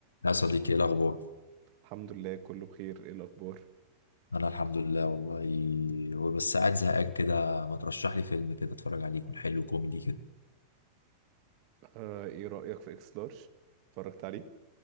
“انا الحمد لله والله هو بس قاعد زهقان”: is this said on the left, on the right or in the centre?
Left